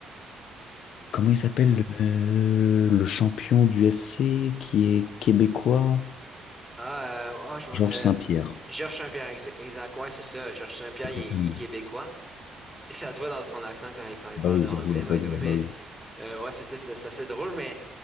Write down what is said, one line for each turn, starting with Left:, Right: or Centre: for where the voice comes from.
Left: Comment il s'appelle le... le champion du FC qui est québécois?
Centre: Ah, euh, ah, je m'en-
Left: Georges
Centre: euh,
Left: Saint-Pierre.
Centre: Georges Saint-Pierre, ex- exact, ouais, c'est ça. Georges Saint-Pierre, il,
Left: Très
Centre: est
Left: connu.
Centre: il est québécois. <laughs> Ça se voit dans son accent quand, il- quand il
Left: Bah
Centre: parle
Left: oui,
Centre: anglais,
Left: ça se voit, ça
Centre: by the
Left: se
Centre: way,
Left: voit,
Centre: mais
Left: bah oui.
Centre: euh, ouais, c'est ça, c'est c'est assez drôle, mais